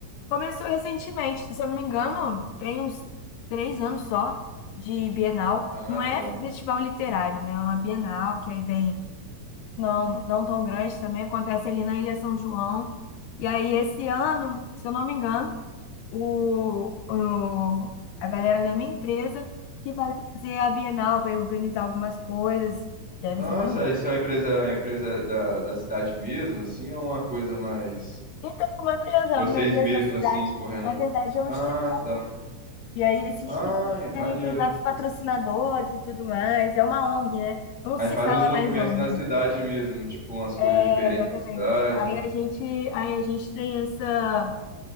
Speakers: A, on the left; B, in the centre.
A: Começou recentemente, se eu não me engano, tem uns três anos só de Bienal.
B: Ah,
A: Não é
B: tá.
A: festival literário, né? É uma Bienal que aí vem não, não tão grande também, acontece ali na Ilha São João. E aí, esse ano, se eu não me engano, o, o- a galera da minha empresa que vai trazer a Bienal, vai organizar algumas coisas, e aí vai
B: Nossa,
A: ser maneiro.
B: isso é uma empresa, a empresa da, da cidade mesmo, assim, ou é uma coisa mais
A: Então, é uma empresa,
B: vocês
A: é uma empresa
B: mesmo,
A: da cidade,
B: assim, correndo?
A: na verdade é um
B: Ah,
A: instituto.
B: tá.
A: E aí, esse
B: Ai,
A: instituto tem,
B: maneiro.
A: tem vários patrocinadores e tudo mais. É uma ONG, né? Não
B: Aí
A: se
B: faz
A: fala
B: uns movimentos
A: mais ONG.
B: na cidade mesmo, tipo, umas coisas
A: É,
B: diferentes
A: exatamente.
B: na cidade.
A: Aí a gente, aí
B: Hum,
A: a gente tem essa.